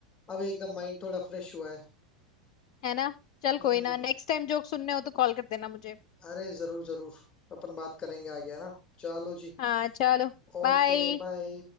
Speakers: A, on the left (about 25°); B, on the left (about 45°).
A: अब एकदम माइंड थोड़ा फ्रेश हुआ है
B: है ना चल
A: हम्म
B: कोई ना नेक्स्ट टाइम जोक सुनने हो तो कॉल कर देना मुझे
A: अरे जरूर जरूर अपन बात करेंगे आगे है ना चलो जी
B: हाँ चलो
A: ओके
B: बाय
A: बाय